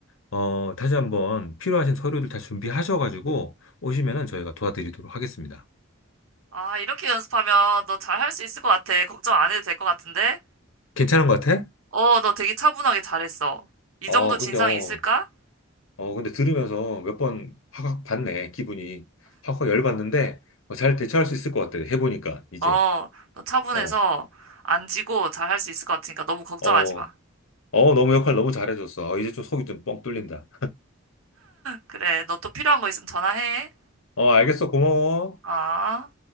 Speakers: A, on the left; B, on the right.
A: 어, 다시 한번 필요하신 서류들 다 준비하셔가지고 오시면은 저희가 도와드리도록 하겠습니다.
B: 아, 이렇게 연습하면 너 잘 할 수 있을 것 같아. 걱정 안 해도 될 것 같은데?
A: 괜찮은 것 같아?
B: 어, 너 되게 차분하게 잘했어. 이
A: 어,
B: 정도 진상이
A: 근데 어,
B: 있을까?
A: 어, 근데 들으면서 몇 번 확확 봤네, 기분이. 확확 열받는데 어, 잘 대처할 수 있을 것 같아, 해보니까, 이제.
B: 어, 너 차분해서
A: 어.
B: 안 지고 잘 할 수 있을 것 같으니까 너무 걱정하지
A: 어,
B: 마.
A: 어, 너무 역할 너무 잘해줬어. 어, 이제 좀 속이 좀 뻥 뚫린다.
B: 그래, 너 또 필요한 거 있으면 전화해.
A: 어, 알겠어. 고마워.
B: 어?